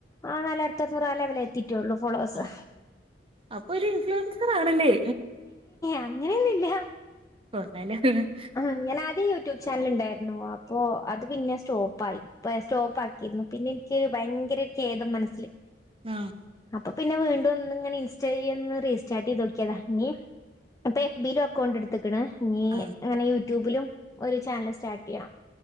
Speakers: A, on the left; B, on the right.
A: ആ നാലായിരത്തിഅർന്നൂറ് ആ ലെവലെത്തിറ്റേള്ളൂ ഫോളോഴസ്.
B: ആഹ് അപ്പൊ ഒരു ഇൻഫ്ലുവൻസർ ആണ്ല്ലേ?
A: അങ്ങനെയൊന്നില്ല.
B: <unintelligible>
A: ആഹ് ഞാൻ ആദ്യ യൂട്യൂബ് ചാനൽ ഉണ്ടായിരുന്നു അപ്പൊ അത് പിന്നെ സ്റ്റോപ്പായി. പ്പത് സ്റ്റോപ്പ് ആക്കിയിരുന്നു പിന്നെ എനിക്കൊരു ഭയങ്കര ഒരു കേദം മനസ്സില്.
B: ആഹ്.
A: അപ്പൊ പിന്നെ വീണ്ടുംന്ന് ഇങ്ങന ഇൻസ്റ്റേ ഒന്ന് റീസ്റ്റാർട്ട്യ്തോക്കിയതാ ഇനി അപ്പൊ എ ഫ് ബിയിലും അക്കൗണ്ട് എടുത്തക്കണ് ഇനി
B: ആഹ്
A: അങ്ങനെ യൂട്യൂബിലും ഒരു ചാനൽ സ്റ്റാർട്ട് ചെയ്യണം.